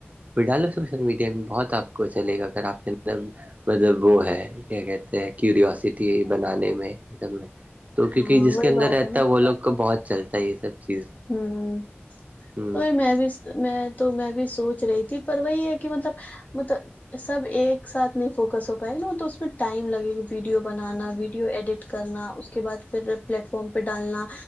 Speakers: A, on the right (about 35°); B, on the left (about 35°).
A: پھر ڈالو سوشل میڈیا میں بہت آپ کو چلے گا اگر آپ کے مطلب وہ ہے کیا کہتے ہیں کیوروسٹی بنانے میں یہ سب میں تو کیونکہ
B: ہاں
A: جس
B: وہی
A: کے اندر
B: بات
A: رہتا
B: نا
A: ہے وہ لوگ کا بہت چلتا ہے یہ سب چیز
B: ہوں
A: ہ
B: تو یہ میں بھی میں تو میں بھی سوچ رہی تھی پر وہی ہے کہ مطلب مطلب سب ایک ساتھ نہیں فوکس ہو پائے گا نا وہ تو اس میں ٹائم لگے گا ویڈیو بنانا ویڈیو ایڈٹ کرنا اس کے بعد پھر پلیٹ فارم پہ ڈالنا